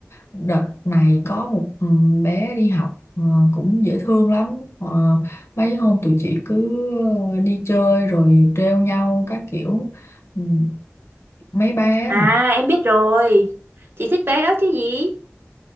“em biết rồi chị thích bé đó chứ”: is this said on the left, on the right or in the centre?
Right